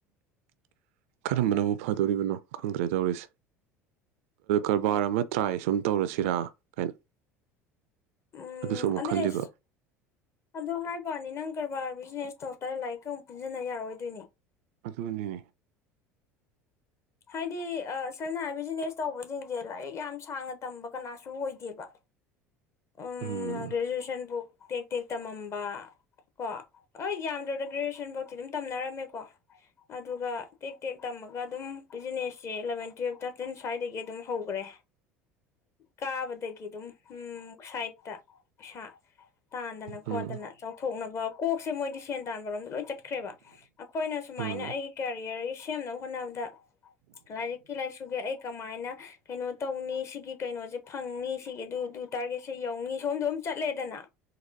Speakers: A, on the right; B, on the left.
A: ꯀꯔꯝꯕꯅꯕꯨ ꯐꯗꯣꯔꯤꯕꯅꯣ ꯈꯪꯗ꯭ꯔꯦ ꯇꯧꯔꯤꯁꯦ ꯀꯔꯕꯥꯔ
B: ꯑꯗ
A: ꯑꯃ ꯇ꯭ꯔꯥꯏ ꯁꯨꯝ ꯇꯧꯔꯁꯤꯔꯥ ꯀꯥꯏꯅ
B: ꯎꯝ
A: ꯑꯗꯨꯁꯨ ꯑꯃꯨꯛ
B: ꯑꯅꯦꯁ
A: ꯈꯜꯂꯤꯕ
B: ꯑꯗꯨ ꯍꯥꯏ ꯀꯕꯥꯅꯤ ꯅꯪ ꯀꯔꯕꯥꯔ ꯕꯤꯖꯤꯅꯦꯁ ꯇꯧꯔ ꯇꯔ ꯂꯥꯏꯔꯤꯛꯀ ꯑꯃꯨꯛ ꯄꯨꯟꯁꯤꯟꯅ ꯌꯥꯔꯣꯏꯗꯣꯏꯅꯤ
A: ꯑꯗꯨꯅꯤ
B: ꯍꯥꯏꯗꯤ ꯁꯝꯅ ꯍꯥꯏ ꯕꯤꯖꯤꯅꯦꯁ ꯇꯧꯕꯁꯤꯡꯁꯦ ꯂꯥꯏꯔꯤꯛ ꯌꯥꯝ ꯁꯥꯡꯅ ꯇꯝꯕ ꯀꯅꯥꯁꯨ ꯑꯣꯏꯗꯦꯕ ꯭ꯎꯝ
A: ꯎꯝ
B: ꯒ꯭ꯔꯦꯖꯨꯌꯦꯁꯟꯕꯨ ꯇꯦꯛ ꯇꯦꯛ ꯇꯝꯃꯝꯕ ꯀꯣ ꯍ ꯌꯥꯝꯗ꯭ꯔꯕꯗ ꯒ꯭ꯔꯦꯖꯨꯌꯦꯁꯟꯐꯧꯇꯤ ꯑꯗꯨꯝ ꯇꯝꯅꯔꯝꯃꯦꯀꯣ ꯑꯗꯨꯒ ꯇꯦꯛ ꯇꯦꯛ ꯇꯝꯃꯒ ꯑꯗꯨꯝ ꯕꯤꯖꯤꯅꯦꯁꯁꯦ ꯏꯂꯚꯦꯟ ꯇꯨꯋꯦꯜꯞ ꯇꯥꯔꯇꯤꯟ ꯁ꯭ꯋꯥꯏꯗꯒꯤ ꯑꯗꯨꯝ ꯍꯧꯈ꯭ꯔꯦ ꯀꯥꯕꯗꯒꯤ ꯑꯗꯨꯝꯝ ꯁꯥꯏꯠꯇ ꯄꯩꯁꯥ ꯇꯥꯟꯗꯅ
A: ꯎꯝ
B: ꯈꯣꯠꯇꯅ ꯆꯥꯎꯊꯣꯛꯅꯕ ꯀꯣꯛꯁꯦ ꯃꯣꯏꯗꯤ ꯁꯦꯟ ꯇꯥꯟꯕꯔꯣꯝ ꯂꯣꯏ ꯆꯠꯈ꯭ꯔꯦꯕ ꯑꯩꯈꯣꯏꯅ ꯁꯨꯃꯥꯏꯅ
A: ꯎꯝ
B: ꯑꯩꯒꯤ ꯀꯦꯔꯤꯌꯔꯒꯤ ꯁꯦꯝꯅꯕ ꯍꯣꯠꯅꯕꯗ ꯂꯔꯤꯛꯀꯤ ꯂꯥꯏꯁꯨꯒꯦ ꯑꯩ ꯀꯃꯥꯏꯅ ꯀꯩꯅꯣ ꯇꯧꯅꯤ ꯁꯤꯒꯤ ꯀꯩꯅꯣꯁꯦ ꯐꯪꯅꯤ ꯁꯤꯒꯤ ꯑꯗꯨ ꯑꯗꯨ ꯇꯥꯔꯒꯦꯠꯁꯦ ꯌꯧꯅꯤ ꯁꯣꯝꯗ ꯑꯗꯨꯝ ꯆꯠꯂꯦꯗꯅ